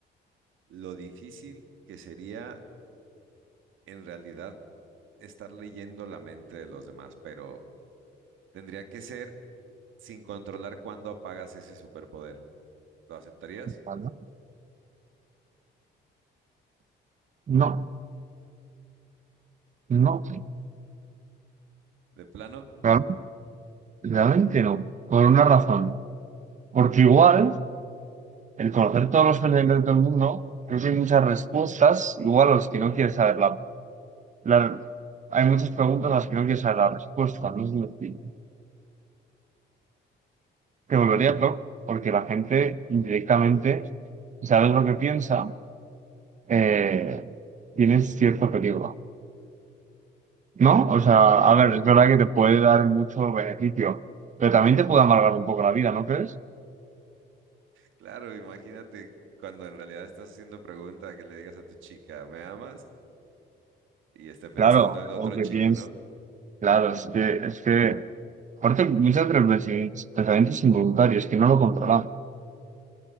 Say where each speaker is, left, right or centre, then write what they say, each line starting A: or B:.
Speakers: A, on the right (about 80°); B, on the right (about 40°).
A: lo difícil que sería en realidad estar leyendo la mente de los demás, pero tendría que ser sin controlar cuándo apagas ese superpoder. ¿Lo aceptarías?
B: Vale. No, no,
A: ¿De plano?
B: claro, realmente no, por una razón. Porque igual, el conocer todos los pensamientos del mundo, creo que hay muchas respuestas, igual a los que no quieres saber la, la- Hay muchas preguntas a las que no quieres saber la respuesta, no sé si me explico. Te volvería loco, porque la gente directamente, sabes lo que piensa, eh, tienes cierto peligro. ¿No? O sea, a ver, es verdad que te puede dar mucho beneficio, pero también te puede amargar un poco la vida, ¿no crees?
A: Claro, imagínate cuando en realidad estás haciendo pregunta que le digas a tu chica, ¿me amas? Y esté pensando
B: Claro,
A: en otro
B: o que
A: chico,
B: piensas.
A: ¿no?
B: Claro, es que, es que, aparte, muchas de los pensi- pensamientos involuntarios que no lo controlamos.